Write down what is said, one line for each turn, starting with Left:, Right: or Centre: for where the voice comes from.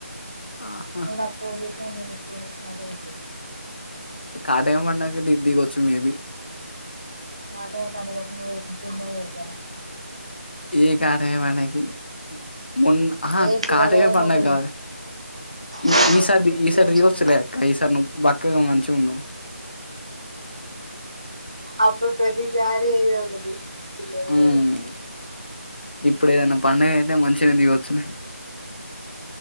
Left: ఆహా
Right: నువ్వు నాక్ ఫోన్ చే నువ్వు నిన్న ఫోన్ చేసిన అదే ఉంటది
Left: కాట ఏమన్నా దిగొచ్చు మేబి
Right: ఆటో స్టాండ్ పెట్టి నువ్వు ఎక్కించుకునే గా
Left: ఏ కాటమే మనకి మొన్ ఆహా
Right: ఏ శివాలయం
Left: కాటమే పండగ
Right: ఓపెనింగ్
Left: కాదు ఈ
Right: శివాలయం
Left: ఈ సాది
Right: ఓపెనింగ్
Left: ఈసారి
Right: దేవం
Left: తీ
Right: శివనేత్ర
Left: వచ్చులే ఇక సారి నువ్వు బక్కగా మంచి ఉండవు
Right: అప్పు ప్రతిసారి ఏదో ఒకటి ఇళ్లది
Left: ఉమ్
Right: కాదు కూడా
Left: ఇప్పుడు ఏదన్నా పండుగ అయితే మంచిగా దిగొచ్చులే